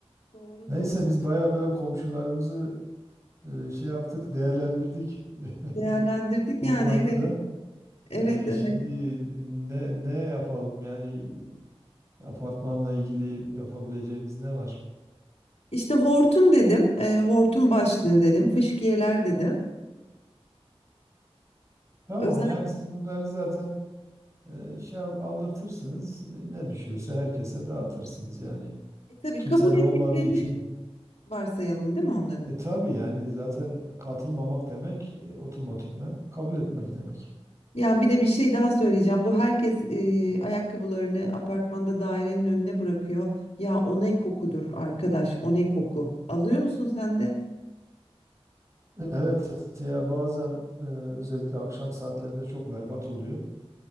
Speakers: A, on the left; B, on the right.
A: doğru
B: Neyse
A: doğru
B: biz baya böyle komşularımızı e, şey yaptık, değerlendirdik <laughs>
A: değerlendirdik
B: bu toplantıda.
A: yani evet. Evet
B: E,
A: evet.
B: şimdi ne ne yapalım yani apartmanla ilgili yapabileceğimiz ne var?
A: İşte hortum dedim, e, hortum başlığı dedim, fıskiyeler dedim.
B: Tamam
A: Özellikle
B: yani siz bunları zaten e, şey yap- aldırtırsınız. Ne ne düşüyorsa herkese dağıtırsınız yani.
A: tabii
B: Kimse
A: kabul
B: de
A: ettiklerini
B: olmadığı için
A: varsayalım değil mi onların?
B: e tabii yani zaten katılmamak demek e, otomatikman kabul etmek demek.
A: Ya bir de bir şey daha söyleyeceğim. Bu herkes e, ayakkabılarını apartmanda dairenin önüne bırakıyor. Ya o ne kokudur arkadaş, o ne koku. Alıyor musun sen de?
B: Evet, evet ya bazen e, özellikle akşam saatlerinde çok berbat oluyor.